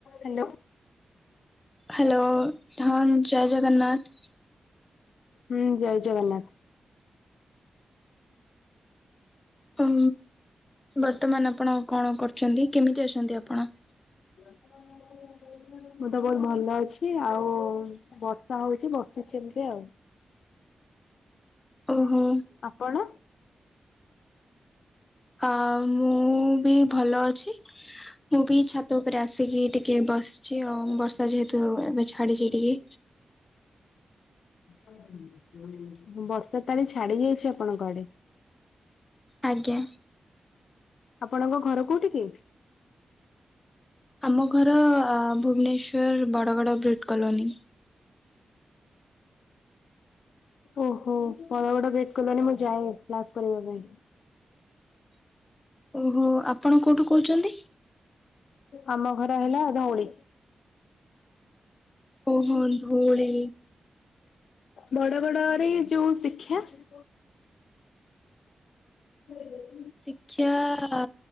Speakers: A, on the left; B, on the left.
A: ହାଲୋ।
B: ହାଲୋ ହଁ ଜୟ ଜଗନ୍ନାଥ।
A: ହୁଁ ଜୟ ଜଗନ୍ନାଥ।
B: ହୁଁ ବର୍ତ୍ତମାନ ଆପଣ କଣ କରୁଛନ୍ତି? କେମିତି ଅଛନ୍ତି ଆପଣ?
A: ହଁ <unintelligible> ମୁଁ ତ ବହୁତ ଭଲ ଅଛି, ଆଉ ବର୍ଷା ହଉଛି ବସିଛି ଏମତି ଆଉ।
B: ଓହୋ
A: ଆପଣ?
B: ହଁ ମୁଁ ବି ଭଲ ଅଛି, ମୁଁ ବି ଛାତ ଉପରେ ଆସିକି ଟିକେ ବସିଛି ଆଉ ବର୍ଷା ଯେହେତୁ ଏବେ ଛାଡିଛି ଟିକେ।
A: ବର୍ଷା ତାହେଲେ ଛାଡି ଯାଇଛି ଆପଣଙ୍କ ଆଡେ।
B: ଆଜ୍ଞା।
A: ଆପଣଙ୍କ ଘର କୋଉଠି କି?
B: ଆମ ଘର ଆ ଭୁବନେଶ୍ଵର ବଡଗଡ ବ୍ରିଟ କଲୋନି।
A: ଓହୋ। ବଡଗଡ ବ୍ରିଟ କଲୋନି ମୁଁ ଯାଏ କ୍ଲାସ କରିବା ପାଇଁ।
B: <unintelligible> ଓହୋ ଆପଣ କୋଉଠୁ କହୁଛନ୍ତି?
A: ଆମ ଘର ହେଲା ଧଉଳି।
B: ଓହୋ ଧଉଳି।
A: ବଡଗଡରେ ଯୋଉ ଶିକ୍ଷା। ହଇ <inaudible>
B: ଶିକ୍ଷା ଆ।